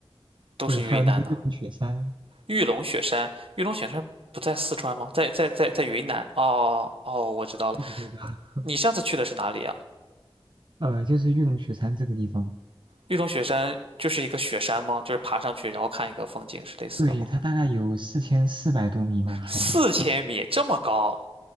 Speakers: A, on the right; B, on the right.
A: 都是云南的。
B: 对，还有那个玉龙雪山，
A: 玉龙雪山，玉龙雪山不在四川吗？在在在在云南。哦哦，我知道了。
B: 对的对的，<laughs>
A: 你上次去的是哪里啊？
B: 呃，就是玉龙雪山这个地方，
A: 玉龙雪山就是一个雪山吗？就是爬上去然后看一个风景是类似的吗？
B: 对，它大概有四千四百多米吧，海拔。
A: 四千米这么高，